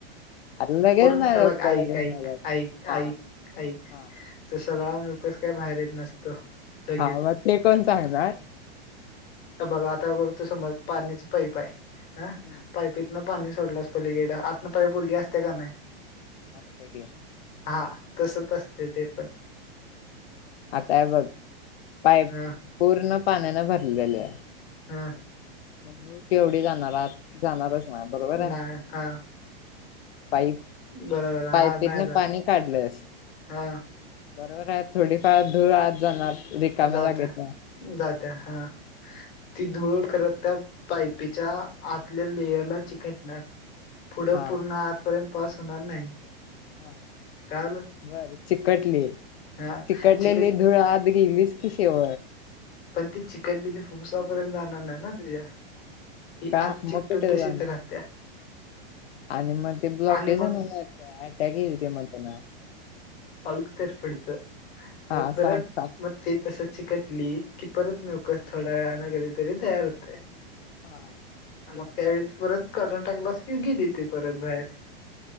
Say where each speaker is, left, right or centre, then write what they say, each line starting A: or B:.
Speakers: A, on the left; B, on the left.
A: अरे लगेच
B: पूर्ण
A: नाही
B: हेबघ
A: जात का
B: ऐक
A: लगेच
B: ऐक
A: नाही जात
B: ऐक
A: हा
B: ऐक
A: हा
B: तर सगळा मकस काय बाहेर येत नसतो. लगेच
A: हा मग ते कोण सांगणार.
B: बघ आता बघ तो समोर पाण्याच पाईप आहे हा
A: हं
B: पतनं पाणी सोडलंस पलीकडं आतन पाय वोली असते का नाही.
A: असत्या की,
B: हा तसच असते. ते पण.
A: आता बघ पाईप
B: हा
A: पूर्ण पाण्यानं भरलेले आहे.
B: ह
A: मग धूळ केवढी जाणार आत जाणारच नाही बरोबर आहे.
B: नाही हा
A: पाईप
B: बरोबर हा
A: पाईपीतन
B: नाही जात
A: पाणी काढलंस
B: हा
A: बरोबर आहे थोडीफार धूळ आत जाणार. रिकाम्या
B: जात्या
A: जागेत ना
B: जात्या हा ती धूळ खर त पायपीच्या आतल्या लेयरला चिकटणार. पुढं
A: हा
B: पूर्ण आतपर्यंत पास होणार नाही.
A: हा
B: कळालं
A: बर चिकटली ती
B: हां,
A: चिकटलेली
B: चिकट
A: धुळ आत गेलीस कशी <unintelligible>
B: पण ती चिकट दिली फुफसापर्यंत जाणार नाय ना तुझ्या ती
A: का
B: आत
A: मग
B: चिकटून
A: कुठे
B: तशीच
A: जाणार
B: राहत्या.
A: आणि मग ते ब्लॉककेजण
B: आणि मग
A: अटॅक येईल की मंग त्यांना
B: अलत तेरपडच
A: हा
B: मग परत
A: सांग सांग
B: म ते तसच चिकटली की परत मिवकस थोड्या वेळानं कधी तरी तयार होतय.
A: हां
B: मग त्यावेळेत परत काढून टाकलासं की गेली ते परत बाहेर